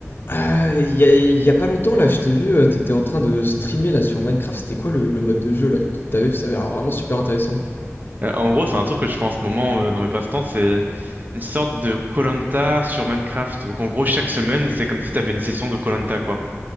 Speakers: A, on the left; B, on the right.
A: Ah, il y a, il y a pas longtemps là, je t'ai vu, euh, t'étais en train de streamer là sur Minecraft, c'était quoi le, le mode de jeu là que t'avais? Parce que Ça avait l'air vraiment super intéressant.
B: Euh, en gros, c'est un truc que je fais en ce moment euh, dans mes passe-temps, c'est une sorte de koh sur Minecraft. Donc en gros, chaque semaine, c'est comme si t'avais une session de koh quoi.